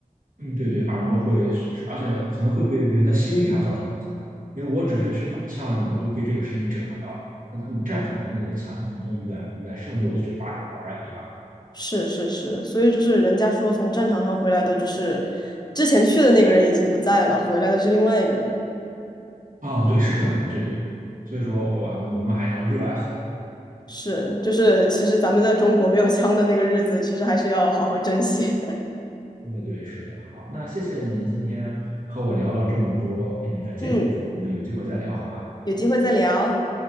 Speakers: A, on the right; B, on the left.
A: 嗯，对对，耳膜会损失，而且可能会对人的心理还造成影响。因为我只是去打枪而已，我都被这个声音震撼到了。那他们战场上的那个残酷程度远远胜于我去靶场玩儿呀，对吧？
B: 是是是，所以就是人家说从战场上回来的，就是之前去的那个人已经不在了，回来的是另外一个人，
A: 哦，对，是这样的，对对对。所以说，我我们还是要热爱和
B: 是，就是其实咱们在中国没有枪的那个日子，其实还是要好好珍惜。
A: 平。对对，是的。好，那谢谢你今天和我聊了这么多哎你的见解，
B: <laughs> 嗯，
A: 我们有机会再聊好吗？
B: 有机会再聊。